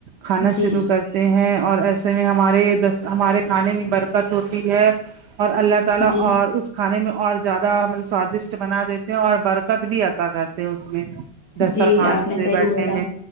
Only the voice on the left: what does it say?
جی
جی
جی آپ نے
صحیح
بولا